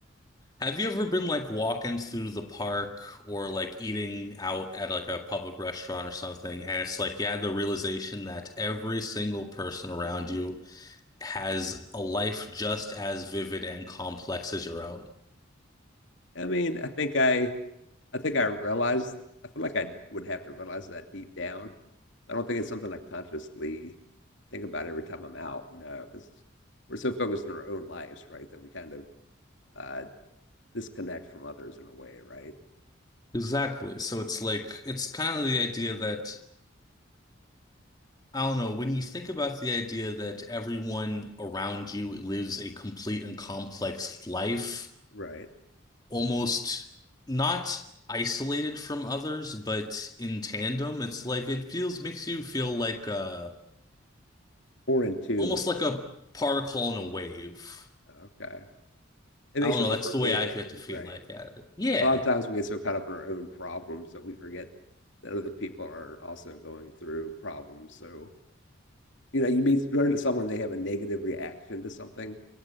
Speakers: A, on the left; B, on the left.
A: have you ever been like walking through the park or like eating out at like a public restaurant or something, and it's like you had the realization that every single person around you has a life just as vivid and complex as your own.
B: I mean, I think I, I think I realized. I feel like I would have to realize that deep down. I don't think it's something I consciously think about every time I'm out. No, because we're so focused on our own lives, right? That we kind of uh, disconnect from others in a way, right?
A: Exactly. So it's like, it's kind of the idea that, I don't know, when you think about the idea that everyone around you lives a complete and complex life,
B: Right.
A: almost not isolated from others, but in tandem, it's like it feels, makes you feel like a,
B: More in tune
A: almost
B: with.
A: like a particle in a wave.
B: Okay, it
A: I
B: makes
A: don't
B: you
A: know,
B: more
A: that's
B: forgiving,
A: the way I get to feel
B: right?
A: like at it. Yeah.
B: A lot of times we get so caught up in our own problems that we forget that other people are also going through problems. So you know, you meet run into someone, they have a negative reaction to something.